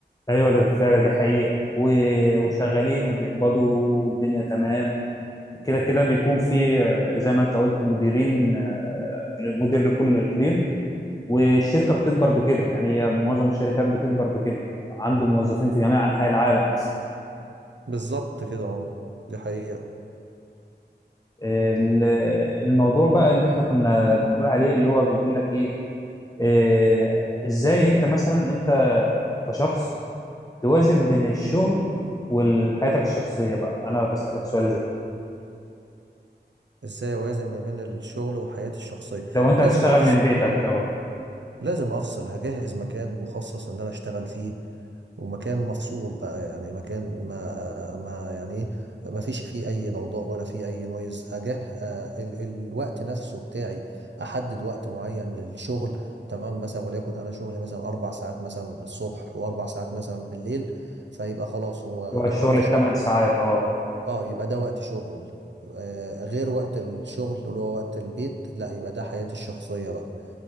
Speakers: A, on the left (about 20°); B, on the right (about 80°).
A: ايوه ده فعلا دي حقيقة و- وشغالين
B: مم.
A: وبيقبضوا الدنيا تمام كده كده بيكون في آه، زي ما انت قلت مديرين آه، مدير لكل اقليم والشركة بتكبر بكده يعني هي معظم الشركات بتكبر بكده عنده موظفين في جميع انحاء العالم اصلا
B: بالظبط كده اه دي حقيقة
A: ال- الموضوع بقى اللي احنا كنا بنقول عليه اللي هو بيقول لك ايه آه، ازاي انت مثلا انت كشخص توازن بين الشغل وحياتك الشخصية بقى انا بسألك سؤال زي
B: ازاي اوازن ما بين الشغل وحياتي الشخصية
A: لو انت
B: لازم
A: هتشتغل
B: افصل
A: من بيتك اه
B: لازم افصل هجهز مكان مخصص ان انا اشتغل فيه ومكان مفصول بقى يعني مكان ما ما يعني ايه ما فيش فيه اي ضوضاء ولا فيه اي نويز اجه آه، ال الوقت نفسه بتاعي احدد وقت معين للشغل تمام مثلا وليكن انا شغلي مثلا اربع ساعات مثلا الصبح واربع ساعات مثلا بالليل فيبقى خلاص هو
A: اللي
B: ده
A: هو الشغل
B: وقت
A: الثمان
B: شغل
A: ساعات اه
B: اه يبقى ده وقت شغل آه غير وقت الشغل اللي هو وقت البيت لا يبقى ده حياتي الشخصية بقى